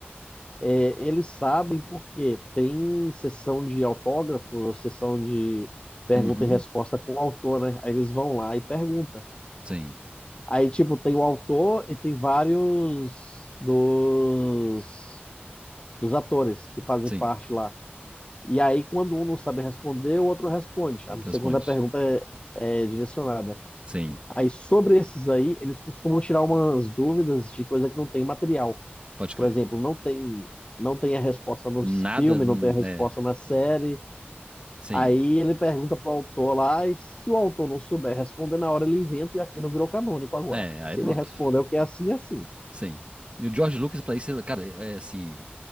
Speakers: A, on the left; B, on the right.
A: é, eles sabem porque tem sessão de autógrafo, sessão de pergunta
B: Uhum.
A: e resposta com o autor, né? Aí eles vão lá e perguntam.
B: Sim,
A: Aí, tipo, tem o autor e tem vários dos dos atores que fazem
B: sim.
A: parte lá. E aí, quando um não sabe responder, o outro responde, a
B: Outra
A: não ser
B: Responde.
A: quando a pergunta é, é direcionada.
B: Sim,
A: Aí, sobre esses aí, eles costumam tirar umas dúvidas de coisa que não tem material.
B: pode crer.
A: Por exemplo, não tem, não tem a resposta nos
B: Nada.
A: filmes,
B: hum,
A: não tem a resposta
B: É,
A: na série.
B: sim.
A: Aí ele pergunta para o autor lá, e se o autor não souber responder na hora, ele inventa e aquilo virou canônico agora.
B: É,
A: Se
B: aí pronto.
A: ele responder o que é assim, é assim.
B: Sim. E o George Lucas, pra isso, ele, cara, é é assim.